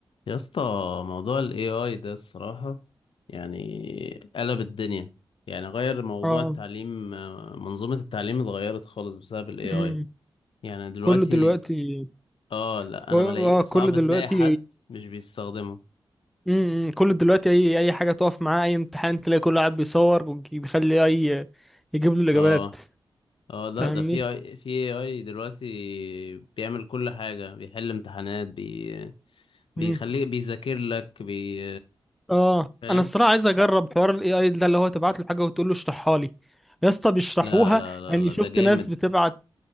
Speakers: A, on the left; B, in the centre.
A: يا اسطى موضوع ال AI ده الصراحة يعني قلب الدنيا يعني غير موضوع
B: اه
A: التعليم منظومة التعليم اتغيرت خالص بسبب ال AI
B: امم
A: يعني دلوقتي
B: كله دلوقتي
A: اه لا
B: اه
A: انا ملاقي صعب
B: كله دلوقتي
A: تلاقي حد مش بيستخدمه
B: امم كله دلوقتي اي اي حاجه تقف معاه اي امتحان تلاقي كله قاعد بيصور وبيخلي اي يجيب له الاجابات
A: اه اه لا
B: فاهمني
A: ده في AI في AI دلوقتي بيعمل كل حاجة بيحل امتحانات بي بيخليك
B: امم
A: بيذاكر لك بي
B: اه
A: فاهم
B: انا الصراحه عايز اجرب حوار الاي اي ده اللي هو تبعت له حاجه وتقول له اشرحها لي يا اسطى بيشرحوها
A: لا لا لا
B: يعني
A: لا
B: شفت
A: ده جامد
B: ناس بتبعت